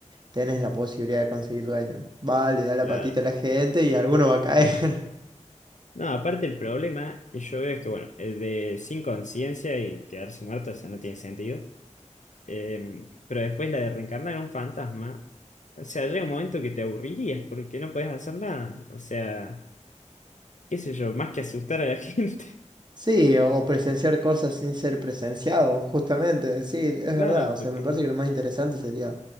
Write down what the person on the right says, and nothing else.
tenés la posibilidad de conseguir dueño. Vale, da la
patita a la gente y alguno va a caer. <laughs>
Sí, o, o presenciar cosas sin ser presenciado, justamente. Sí, es
verdad. O sea,
me parece que lo más interesante sería